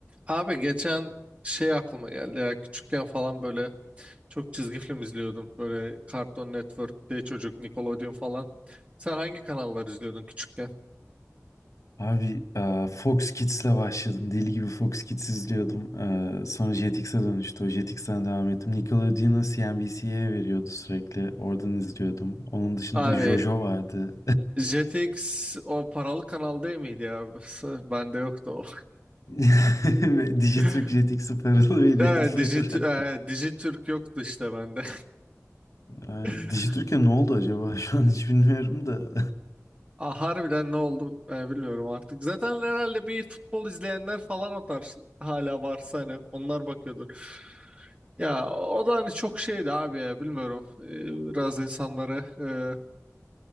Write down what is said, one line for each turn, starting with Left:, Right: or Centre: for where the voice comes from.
Right: Abi geçen şey aklıma geldi ya küçükken falan böyle çok çizgi film izliyordum. Böyle Cartoon Network, D Çocuk, Nickelodeon falan. Sen hangi kanallar izliyordun küçükken?
Left: Abi e, Fox Kids'le başladım. Deli gibi Fox Kids izliyordum. E, Sonra Jetix'e dönüştü. O JTX'ten devam ettim. Nickelodeon'u CNBC'ye veriyordu sürekli. Oradan izliyordum. Onun dışında
Right: Abi
Left: JoJo vardı.
Right: JTX o paralı kanal değil miydi ya? <laughs> S- Bende yoktu o.
Left: <laughs> Ve Digiturk
Right: <laughs>
Left: JTX'e paralı veriyordu
Right: Ee,
Left: bir
Right: Dijit,
Left: ara.
Right: e, Dijitürk yoktu işte bende.
Left: Abi,
Right: <laughs>
Left: Dijitürk'e ne oldu acaba? <laughs> Şu an hiç bilmiyorum da. <laughs>
Right: Ah, harbiden ne oldu e, bilmiyorum artık. Zaten herhalde bir futbol izleyenler falan o tarz hala varsa hani onlar bakıyordur. Ya o da hani çok şeydi abi ya bilmiyorum. E, biraz insanları e,